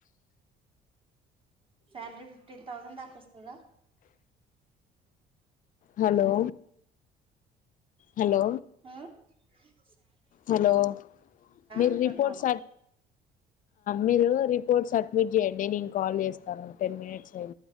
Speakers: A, on the right; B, on the left.
A: శాలరీ ఫిఫ్టీన్ థౌజండ్ దాకా వస్తుందా
B: హలో హలో
A: ఆ అ
B: హలో మీరు
A: అంటున్నాను
B: రిపోర్ట్ మీరు రిపోర్ట్ మీ జడ్డే నేను కాల్ చేస్తాను టెన్ మినిట్స్ అయి